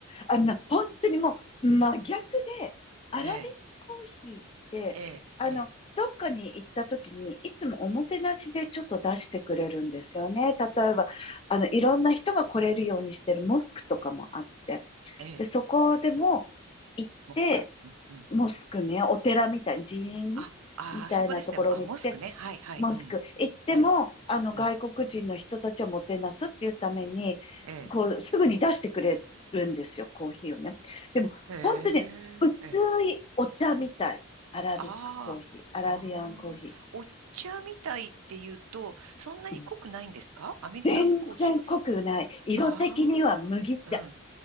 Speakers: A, on the left; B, on the right.
A: あの、本当にもう、真逆で、アラビックコーヒーって、
B: ええ。ええ。
A: あの、
B: ええ。
A: どっかに行った時に、いつもおもてなしでちょっと出してくれるんですよね。例えば、あの、いろんな人が来れるようにしてるモスクとかもあって。
B: ええ。
A: で、そこでも行って、
B: モック。うんうん。
A: モスクね、お寺みたい、寺院
B: あ、あー、
A: みたいなところに行って、
B: そこですね。あ、モスクね。はい、はい。
A: モスク。
B: うん。
A: 行っても、
B: はい。
A: あの、外国人の人たちをもてなすっていうために、
B: うん。ええ。
A: こう、すぐに出してくれるんですよ、コーヒーをね。でも、
B: へえ。
A: 本当にね薄いお茶みたい。
B: ええ。
A: アラビックコーヒー、
B: ああ。
A: アラビアンコーヒー。
B: ああ。お茶みたいって言うと、そんなに濃くないんですかアメリカンコーヒーみたい
A: うん全然濃くない。色的には麦茶。
B: な。ああ。うん。